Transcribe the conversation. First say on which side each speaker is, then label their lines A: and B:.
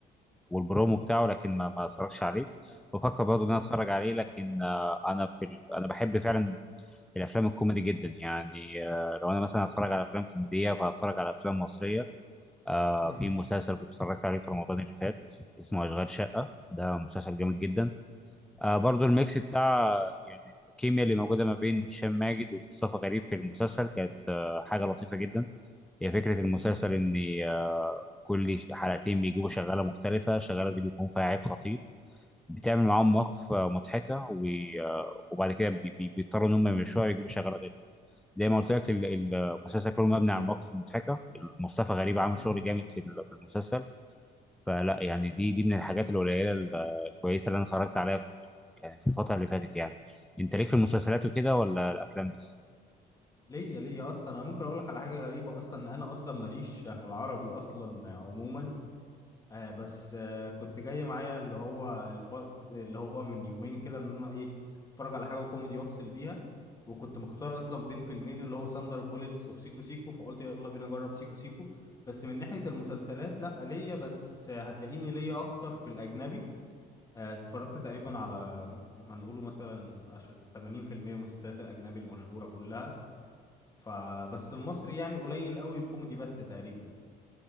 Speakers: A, in the centre; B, on the left (about 20°).
A: والبرومو بتاعه لكن ما ما اتفرجش عليه بفكر برضو ان
B: مم.
A: انا اتفرج عليه لكن آه، انا في ال... انا بحب فعلا الافلام الكوميدي جدا يعني آه، لو انا مثلا هتفرج على افلام كوميديه فهتفرج على افلام مصريه آه،
B: مم.
A: في مسلسل كنت اتفرجت عليه في رمضان اللي فات اسمه اشغال شقه ده مسلسل جامد جدا
B: مم.
A: آه برضو الميكس بتاع يعني الكيمياء اللي موجوده ما بين هشام ماجد ومصطفى غريب في المسلسل كانت آه حاجه لطيفه جدا هي فكره المسلسل
B: مم.
A: ان آه كل ش- حلقتين بيجيبوا شغاله مختلفه الشغاله دي بيكون فيها عيب خطير بتعمل معاهم مواقف آه، مضحكه و- آه، وبعد كده بي- بي- بيضطروا ان هم يمشوها ويجيبوا شغاله غير زي ما قلت لك ال- ال- المسلسل كله مبني على المواقف المضحكه مصطفى غريب عامل
B: مم.
A: شغل جامد في ال- في المسلسل فلا يعني دي دي من الحاجات القليله ال- الكويسه اللي انا اتفرجت عليها في يعني في الفتره اللي فاتت يعني انت ليك في المسلسلات وكده ولا الافلام بس
B: ليا ليا اصلا انا ممكن اقول لك على حاجة غريبة اصلا ان انا اصلا ماليش في العربي اصلا عموما آه بس آه كنت جاي معايا اللي هو الف... اللي هو من يومين كده ان انا ايه اتفرج على حاجه كوميدي وافصل بيها وكنت مختار اصلا بين فيلمين اللي هو ساندر بوليتس وسيكو سيكو فقلت يلا بينا نجرب سيكو سيكو بس من ناحيه المسلسلات لا ليا بس آه، هتلاقيني ليا اكتر في الاجنبي آه، اتفرجت تقريبا على ما نقوله مثلا عشان 80% من المسلسلات الاجنبي المشهوره كلها فبس المصري يعني قليل قوي كوميدي بس تقريبا